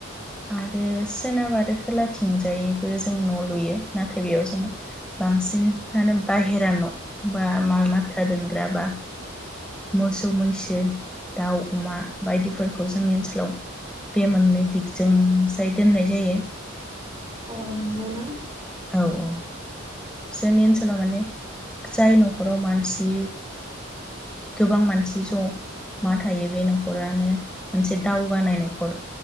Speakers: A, in the centre; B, on the right.
A: आरो सोनाब आरो खोलाथिंजायबो जों न' लुयो नाथाय बेयाव जोङो बांसिनानो बाहेरा न' बा माल माथा दोनग्रा बा मोसौ मैसो दाउ अमा बायदिफोरखौ जोंनि ओनसोलाव बे मोननै दिग जोंजाय दोननाय जायो।
B: अ नंगौ ना?
A: औ औ जोंनि ओनसोलाव माने जाय न'खराव मानसि गोबां मानसि जमा थायो बे नखरानो मोनसे दावगानाय न'खर